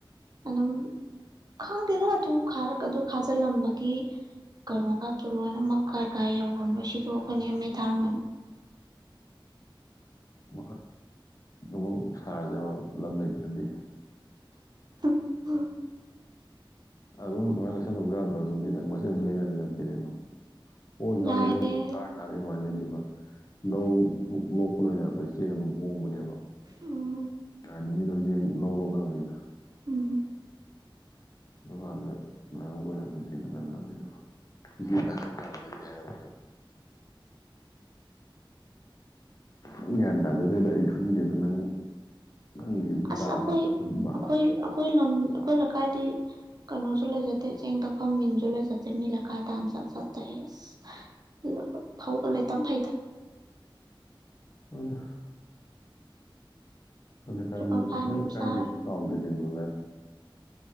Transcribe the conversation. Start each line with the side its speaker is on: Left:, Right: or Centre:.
Right: ꯑꯗꯨꯝ ꯈꯪꯗꯦꯗꯣ ꯑꯗꯨꯝ ꯈꯔ ꯑꯗꯨ ꯈꯥꯖꯤꯜꯂꯝꯕꯒꯤ ꯀꯩꯅꯣꯒꯇꯣ ꯂꯣꯏꯅꯃꯛ ꯀꯥꯏ ꯀꯥꯏ ꯌꯧꯒꯔꯝꯅꯣ ꯁꯤꯗꯣꯛꯑꯒꯅꯦ ꯃꯩ ꯊꯥꯔꯝꯃꯅꯤ
Left: <unintelligible> ꯃꯨꯛ ꯁꯥꯔꯁꯤꯔꯣ ꯂꯝ ꯂꯩꯇ꯭ꯔꯗꯤ
Right: <unintelligible>
Left: ꯑꯗꯨꯝ <unintelligible> ꯂꯩꯁꯜꯍꯧꯕ ꯌꯥꯗ꯭ꯔꯣ ꯑꯗꯨꯗꯤ ꯅꯪ ꯃꯆꯦꯠ ꯃꯆꯦꯠ ꯂꯩꯅꯗꯣꯏ ꯁꯔꯨꯛꯄꯨꯗꯤ <unintelligible> ꯍꯣꯡꯉꯤꯀꯥꯟ
Right: ꯌꯥꯏꯌꯦ
Left: ꯂꯩꯍꯧꯒꯗꯕꯅꯤ ꯇꯥꯡꯉꯤꯀꯥꯟ ꯀꯃꯥꯏꯅ ꯂꯩꯗꯣꯏꯕ ꯂꯧ ꯂꯣꯛꯄ ꯂꯣꯏꯅꯔꯛꯄꯩꯁꯦ ꯆꯦꯡ ꯑꯗꯨꯝ ꯍꯣꯡꯕꯅꯦꯕ
Right: ꯎꯝ
Left: ꯍꯥꯏꯗꯤ ꯃꯤ ꯂꯣꯏ ꯆꯦꯡ ꯂꯧ ꯂꯣꯛꯅꯕꯅꯤꯅ
Right: ꯎꯝ
Left: ꯑꯗꯨꯀꯥꯟꯗ ꯂꯩꯍꯧꯒꯗꯕꯅꯦ ꯀꯩꯅꯣ ꯅꯪ ꯉꯥꯡꯉꯤꯗꯨꯕꯨ <unintelligible> ꯑꯩ ꯒ꯭ꯌꯥꯟ ꯇꯥꯖꯗꯦꯗ ꯑꯩ ꯈꯪꯗꯦꯗ ꯅꯪ ꯅꯪꯒꯤꯕꯨ
Right: ꯑꯁ
Left: ꯆꯥꯕ
Right: ꯑꯩꯈꯣꯏ ꯑꯩꯈꯣꯏ
Left: ꯇꯨꯝꯕ
Right: ꯑꯩꯈꯣꯏ ꯂꯝ ꯑꯩꯈꯣꯏ ꯂꯩꯀꯥꯏꯗꯤ ꯀꯩꯅꯣꯁꯨ ꯂꯩꯖꯗꯦ ꯆꯦꯡ ꯇꯛꯐꯝ ꯃꯤꯟꯁꯨ ꯂꯩꯖꯗꯦ ꯃꯤ ꯂꯩꯀꯥꯏ ꯇꯥꯅ ꯆꯠ ꯆꯠ ꯇꯛꯏ ꯑꯁ <unintelligible> ꯐꯧꯒ ꯂꯩ ꯇꯝ ꯐꯩꯗ
Left: ꯍꯣꯏꯗ <unintelligible> ꯅꯣꯏ
Right: ꯁꯨꯄꯔ ꯐꯥꯏꯟ ꯑꯃ
Left: ꯂꯩꯀꯥꯏꯗꯁꯨ
Right: ꯆꯥꯔ
Left: ꯆꯥꯎꯗꯦ ꯀꯩꯅꯣ